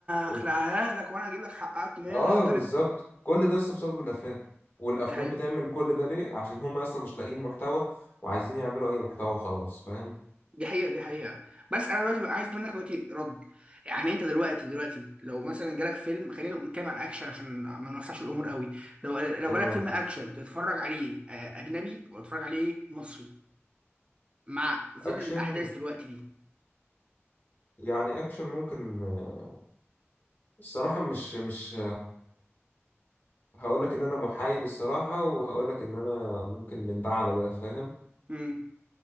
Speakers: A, on the left; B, on the right.
A: وب-
B: هخلعها لك وانا هجيب لك حقك منها
A: اه
B: طرف
A: بالظبط كل ده اصلا بسبب الافلام والافلام
B: دي حقيقة
A: بتعمل كل ده ليه عشان هم اصلا مش لاقيين محتوى وعايزين يعملوا اي محتوى خلاص فاهم
B: دي حقيقة دي حقيقة بس انا دلوقتي بقى عايز منك دلوقتي رد يعني انت دلوقتي دلوقتي لو مثلا جالك فيلم خلينا نتكلم عن اكشن عشان ما نوسعش الامور قوي لو لو
A: تمام
B: جالك فيلم اكشن تتفرج عليه آه، اجنبي ولا تتفرج عليه مصري مع ظل
A: اكشن
B: الاحداث دلوقتي
A: يعني اكشن ممكن آه، الصراحة مش مش هقول لك ان انا محايد الصراحه وهقول لك ان انا ممكن من ده على ده فاهم
B: دي